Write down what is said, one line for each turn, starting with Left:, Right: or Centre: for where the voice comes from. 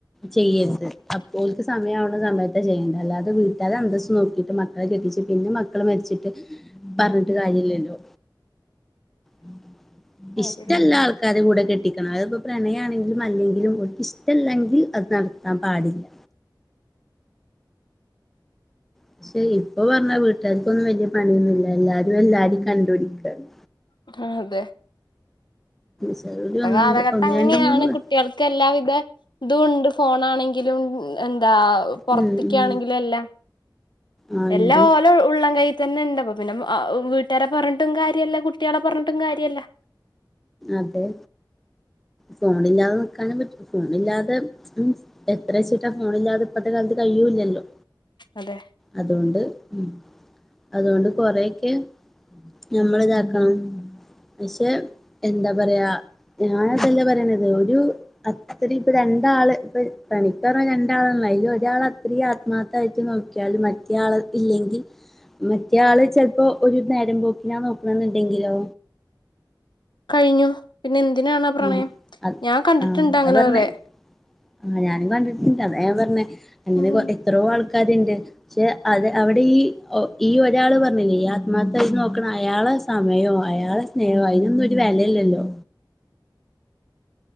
Centre: ചെയ്യരുത് അപ്പോൽക്ക് സമയാവണ സമയത്ത ചെയ്യും അല്ലാതെ വീട്ടാരെ അന്തസ് നോക്കിട്ട് മക്കളെ കെട്ടിച്ച് പിന്നെ മക്കൾ മരിച്ചിട്ട് പറ ഞ്ഞിട്ട് കാര്യല്ലല്ലോ ഉം
Left: കാര്യല്ല
Centre: ഇഷ്ടല്ല ആൾക്കാര് കൂടെ കെട്ടി അതിപ്പോ പ്രണയാണെങ്കിലും അല്ലെങ്കിലും ഓലിക്ക് ഇഷ്ടമില്ലെങ്കിൽ അത് നടത്താൻ പാടില്ല പക്ഷെ ഇപ്പൊ പറഞ്ഞാ വീട്ടുകാർക്കൊന്നും വല്യ പണിയൊന്നുല്ല എല്ലാരും എല്ലാരും കണ്ടുപിടിക്കാണ്
Left: അ അതെ
Centre: ജോലി
Left: ഇപ്പത്തെ
Centre: ഒന്നുണ്ട്
Left: കാലഘട്ടം
Centre: ഒന്ന്
Left: അങ്ങനെയാണ്
Centre: രണ്ട് മൂന്ന്
Left: കുട്ടികൾക്ക് എല്ലാവിധ ഇതും ഉണ്ട് ഫോണാണെങ്കിലും എന്താ പുർത്തക്കാണെങ്കിലും
Centre: ഉം ഉം
Left: എല്ലാം
Centre: ആ ഉണ്ട്
Left: എല്ലാ ഓലെ ഉള്ളം കൈ തന്നെ ഇണ്ടാ അപ്പ പിന്നെ വീട്ടുകാരെ പറഞ്ഞിട്ടും കാര്യമല്ല കുട്ടികളെ പറഞ്ഞിട്ടും കാര്യല്ല
Centre: അതെ ഫോണില്ലാതെ നിക്കാനും പറ്റും ഫോണില്ലാതെ എത്ര ചീട്ടാ ഫോണില്ലാതെ ഇപ്പത്തെ കാലത്ത് കഴിയൂല്ലല്ലോ
Left: അതെ
Centre: അതുകൊണ്ട് ഉ അതുകൊണ്ട് കൊറെയൊക്കെ നമ്മൾ ഇതാക്കണം പഷേ എന്താ പറയാ ഞൻ അതല്ലേ പറയണത് ഒരു അത്ര ഇപ്പൊ രണ്ടാള് ഇപ്പൊ പണിക്ക് പറഞ്ഞ രണ്ടാളല്ല ഒരാൾ അത്ര ആത്മാർത്ഥായിട്ട് നോക്കിയാല മറ്റേ ആൾ ഇല്ലെങ്കിൽ മറ്റേ ആള് ചെൽ പ്പോ ഒരു നേരം പോക്കിനാ നോക്കണെന്നുണ്ടെങ്കിലോ
Left: കഴിഞ്ഞു. പിന്നെ എന്തിനാണ് ആ പ്രണയം
Centre: മ്മ്. അ
Left: ഞാൻ കണ്ടിട്ടുണ്ട് അങ്ങനെ
Centre: അതാ പറഞ്ഞെ.
Left: കൊറേ
Centre: ആ ഞാനും കണ്ടിട്ടണ്ട്. അതാ ഞാൻ പറഞ്ഞെ. അങ്ങനെ
Left: ഉം
Centre: എത്രോ ആൾക്ക ര്ണ്ട്. പക്ഷെ അത് അവിടെ ഈ ഒരാള് പറഞ്ഞില്ലേ ആത്മാർത്ഥയിട്ട് നോക്കണ അയാളടെ സമയോ അയാളടെ സ്നേഹോ അതിനൊന്നും ഒരു വെലയില്ലല്ലോ